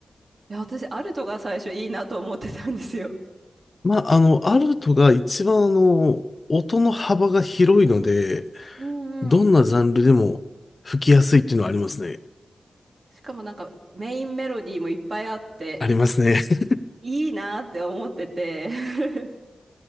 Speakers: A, on the right; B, on the left.
A: いや、私、アルトが最初いいなと思ってたんですよ。
B: まあ、あの、アルトが一番あの、音の幅が広いので、
A: うんうん。
B: どんなジャンルでも吹きやすいっていうのはありますね。
A: しかもなんか、メインメロディーもいっぱいあって、
B: ありますね。<laughs>
A: いいなって思ってて。<laughs>